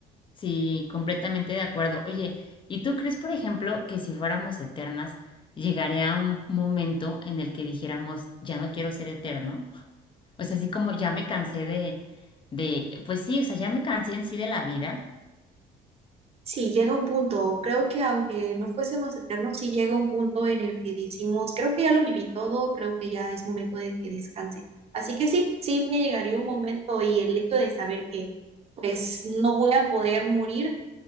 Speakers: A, on the left (about 30°); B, on the right (about 35°).
A: Sí, completamente de acuerdo. Oye, ¿y tú crees, por ejemplo, que si fuéramos eternas, llegaría un momento en el que dijéramos, ya no quiero ser eterno? O sea, así como ya me cansé de, de, pues sí, o sea, ya me cansé en sí de la vida.
B: Sí, llega un punto, creo que aunque no fuésemos eternos, sí llega un punto en el que decimos, creo que ya lo viví todo, creo que ya es momento de que descanse. Así que sí, sí me llegaría un momento y el hecho de saber que pues no voy a poder morir,